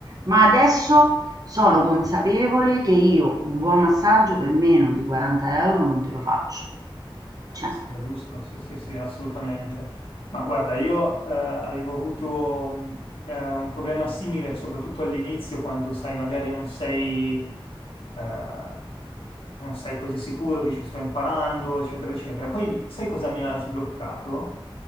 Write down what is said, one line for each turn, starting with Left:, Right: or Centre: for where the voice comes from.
Right: ma adesso sono consapevole che io un buon massaggio per meno di 40 euro non te lo faccio. Cioè,
Left: Sembra giusto, sì, sì, sì, assolutamente. Ma guarda, io eh, avevo avuto mh, eh, un problema simile, soprattutto all'inizio, quando sai, magari non sei, eh, non sei così sicuro, dici sto imparando, eccetera, eccetera. Poi mi- sai cosa mi ha sbloccato?